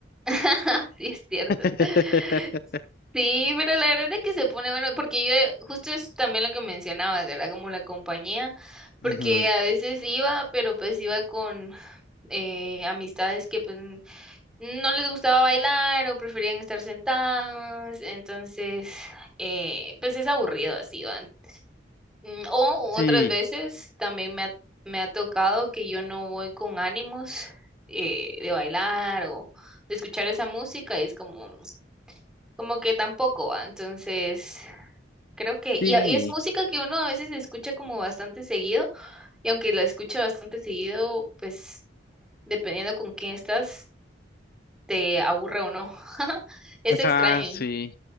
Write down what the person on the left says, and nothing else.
<laughs>
Ujú.
Sí,
sí,
ajá,
sí.